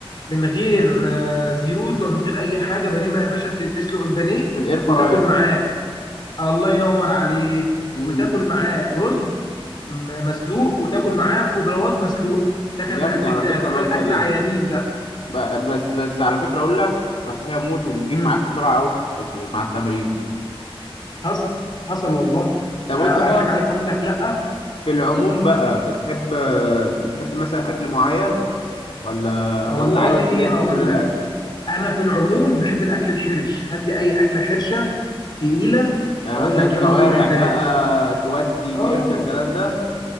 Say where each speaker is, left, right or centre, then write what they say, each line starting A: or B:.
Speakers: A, on the left; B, on the left.
A: من غير آه، زيوت ومن غير اي حاجه بانيه ما يا باشا ت- تسلق البانيه
B: في الاير فراير
A: وتاكل معاه الله ينور عليك
B: امم
A: وتاكل معاه رز م- مسلوق وتاكل معاه خضروات مسلوقه ده كان
B: جامدة
A: الاكل
B: على
A: بتاعي
B: فكرة
A: تخيل
B: الوجبة
A: اكل
B: دي
A: عيانين ده
B: ب- بس بس على فكرة أقول لك صحية موت وبتجيب
A: امم
B: معاك بسرعة أوي في- في- مع التمرين
A: حصل حصل والله
B: طب
A: آه،
B: وأنت بقى
A: اضحك عليك اقول لك لا
B: في العموم بقى بتحب بتحب مثلا أكل معين ولا
A: والله
B: ولا عادي أنت دايس
A: هقول
B: في كل الأكل
A: لك انا في العموم بحب الاكل الحرش هات لي اي اكله حرشه تقيله
B: يعني
A: اقول
B: مثلا
A: لك
B: كوارع
A: يلا بينا انا دايس
B: بقى تودي
A: اه
B: كرشة الكلام ده